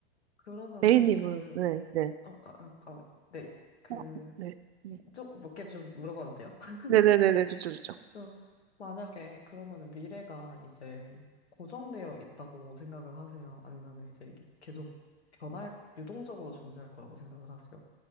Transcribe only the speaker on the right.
A님은
네, 네.
어, 네. 네.
네네네네 좋죠 좋죠.